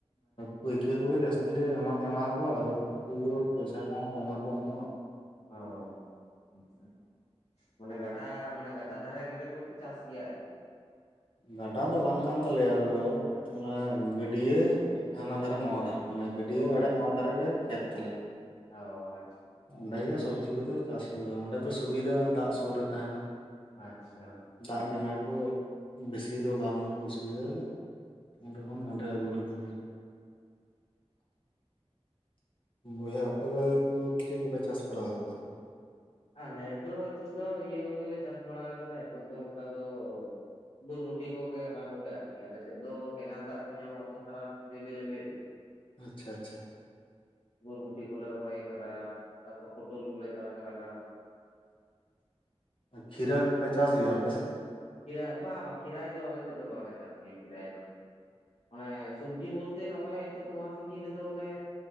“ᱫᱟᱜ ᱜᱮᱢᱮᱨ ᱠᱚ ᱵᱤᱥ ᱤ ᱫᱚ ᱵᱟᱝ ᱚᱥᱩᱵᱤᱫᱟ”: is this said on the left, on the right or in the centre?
Left